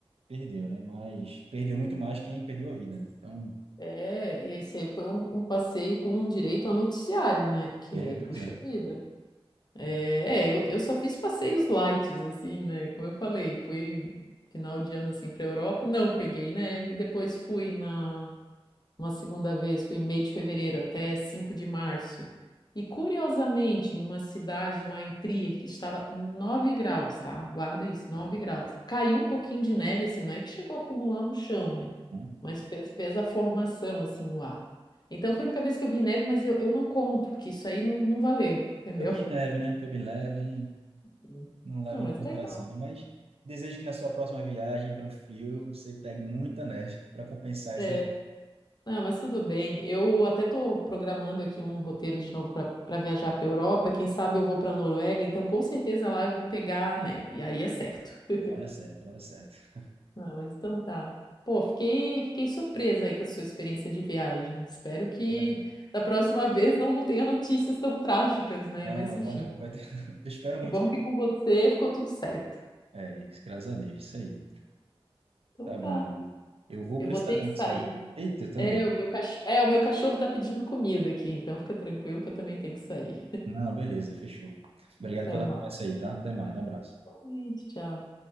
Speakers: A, on the right (about 75°); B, on the left (about 45°).
A: perdeu, né? Mas perdeu muito mais quem perdeu a vida, né? Então,
B: É, e esse aí foi um, um passeio com direito a noticiário, né? Porque,
A: é, pois
B: puxa
A: é.
B: vida. É,
A: É,
B: é, eu, eu só fiz passeios light, assim, né? Como eu falei, fui final de ano, assim, pra Europa. Não peguei neve. Depois fui na uma segunda vez, fui em meio de fevereiro até 5 de março. E curiosamente, numa cidade lá em Trier, que estava 9 graus, tá? Guarda isso, nove
A: é.
B: graus. Caiu um pouquinho de neve, assim, não é que chegou a acumular no chão, né?
A: Hum.
B: Mas fez, fez a formação, assim, no ar. Então foi a única vez que eu vi neve, mas eu, eu não conto, porque isso aí não, não valeu, entendeu?
A: Foi bem leve, né? Foi bem leve e
B: Sim.
A: não leva
B: Ah, mas
A: em consideração,
B: legal.
A: né? Mas desejo que na sua próxima viagem para um frio, você pegue muita neve para compensar
B: É.
A: essas.
B: Ah, mas tudo bem. Eu até estou programando aqui um roteiro de novo para viajar para a Europa. Quem sabe eu vou para a Noruega, então com certeza lá eu vou pegar a neve. E aí é certo. <laughs>
A: Vai dar certo, vai dar certo.
B: Ah, mas então tá. Pô, fiquei, fiquei surpresa aí com a sua experiência de viagem. Espero que
A: Vai dar certo.
B: da próxima <laughs> vez não, não tenha notícias tão trágicas, né?
A: Não,
B: Mas enfim.
A: vai não. Vai ter... <laughs> Eu espero muito
B: Que bom
A: que.
B: que com você ficou tudo certo.
A: É, graças a Deus, isso aí.
B: Então
A: Tá
B: tá.
A: bom, eu, eu vou
B: Eu
A: precisar
B: vou ter que
A: muito
B: sair.
A: sair. Eita, eu também.
B: É, o meu cachorro, é, o meu cachorro tá pedindo comida aqui, então fica tranquilo que eu também tenho que sair.
A: Não, beleza, fechou. Obrigado
B: Até
A: pela
B: mais.
A: conversa aí, tá? Até mais, um abraço.
B: Boa noite, tchau.